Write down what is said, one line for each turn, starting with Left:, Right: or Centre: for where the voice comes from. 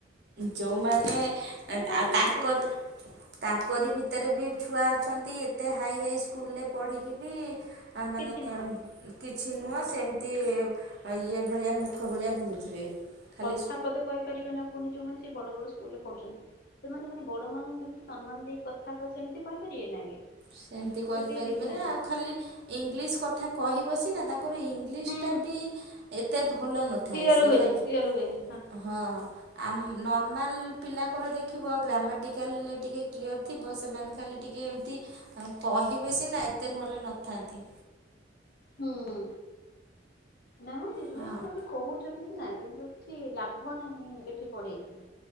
Right: ଯୋଉମାନେ
Left: ମାନେ
Right: ଆଉ
Left: ବି
Right: ତାଙ୍କର
Left: ସୁଧା
Right: ତାଙ୍କରି ଭିତରେ ବି ଛୁଆ ଅଛନ୍ତି ଏତେ ହାଇ ହାଇ ସ୍କୁଲରେ ପଢ଼ିକି ବି ମା ମାନେ
Left: କିଛି
Right: <unintelligible>
Left: ନୁହଁ
Right: କିଛି ନୁହଁ ସେମିତି ଏ ଇଏ ଭଳିଆ ମୂର୍ଖ ଭଳିଆ ବୁଲୁଥିବେ ଖାଲି
Left: କଥା ପଦେ କହିପାରିବେ ନା କୁହନି ଯୋଉମାନେ ସେଇ ବଡ଼ ବଡ଼ ସ୍କୁଲରେ ପଢ଼ୁଛନ୍ତି। ସେମାନେ ମାନେ ବଡ଼ ମାନଙ୍କୁ କେମିତି ସମ୍ମାନ ଦେଇ କଥା କହ ସେମିତି କହିପାରିବେ ନା ଆଗେ?
Right: ସେମତି କରିପାରିବେ
Left: ସେତିକି ଶିଖିନାହାନ୍ତି।
Right: ନି ଆଉ ଖାଲି ଇଂଲିଶ କଥା କହିବ ସିନା ତାଙ୍କର ଇଙ୍ଗ ଇଂଲିଶ
Left: ହୁଁ
Right: ଟା ବି ଏତେ ଭଲ ନଥାଏ
Left: କ୍ଲିୟର
Right: ସ
Left: ହୁଏନି
Right: ଖାଲି
Left: କ୍ଲିୟର ହୁଏନି
Right: ହଁ - ଆମ ନର୍ମାଲ ପିଲାଙ୍କର ଦେଖିବ ଗ୍ରାମାଟିକାଲରେ ଟିକେ କ୍ଲିୟର ଥିବ ସେମାନେ ଖାଲି ଟିକେ ଏମିତି କହିବେ ସିନା ଏତେ ନହେଲେ ନଥାନ୍ତି।
Left: ହୁଁ ହୁଁ। ନାଇଁ ମ ଏମାନେ
Right: ହଁ
Left: ସେମିତି କହୁଛନ୍ତି ସିନା କିନ୍ତୁ କିଛି ଲାଭ ନାହିଁ ଏଠି ପଢ଼େଇକି।